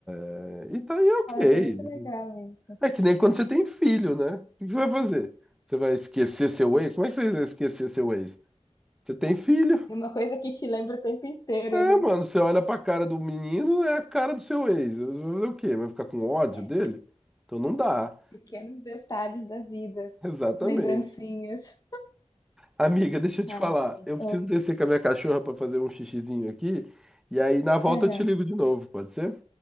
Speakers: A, in the centre; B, on the left.
A: É, e tá aí ok.
B: Ah, mas é muito legal isso.
A: É que nem quando você tem filho, né? O que você vai fazer? Você vai esquecer seu ex? Como é que você vai esquecer seu ex? Você tem filho?
B: É uma coisa que te lembra o tempo inteiro
A: É,
B: ali.
A: mano, você olha pra cara do menino, é a cara do seu ex. Você Vai fazer o quê? Vai ficar com ódio
B: É,
A: dele? Então não dá.
B: Pequenos detalhes da vida.
A: Exatamente.
B: Lembrancinhas.
A: Amiga, deixa eu te
B: Ai,
A: falar.
B: gente.
A: Eu preciso
B: é.
A: descer com a minha cachorra pra fazer um xixizinho aqui. E aí, na volta,
B: Aham.
A: eu te ligo de novo, pode ser?